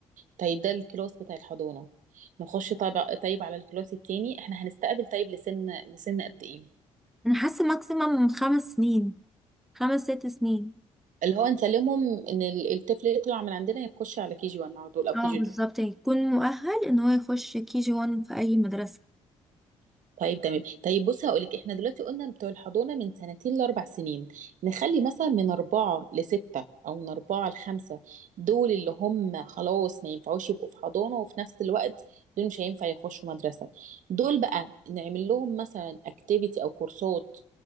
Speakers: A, on the right (about 65°); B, in the centre.
A: طيب ده الكلاس بتاع الحضانة نخش طيب طيب على الكلاس التاني احنا هنستقبل طيب لسن لسن قد ايه
B: أنا حاسة ماكسيمم خمس سنين خمس ست سنين
A: اللي هو نسلمهم ان ال- الطفل يطلع من عندنا يخش على كي جي 1 على طول او كي
B: اه
A: جي
B: بالظبط
A: 2
B: يعني يكون مؤهل ان هو يخش كي جي وان في اي مدرسة
A: طيب تمام طيب بص هقولك احنا دلوقتي قلنا بتوع الحضانة من سنتين لأربع سنين نخلي مثلا من أربعة لستة أو من أربعة لخمسة دول اللي هم خلاص ما ينفعوش يبقوا في حضانة وفي نفس الوقت دول مش هينفع يخشوا مدرسة دول بقى نعمل لهم مثلا اكتيفيتي أو كورسات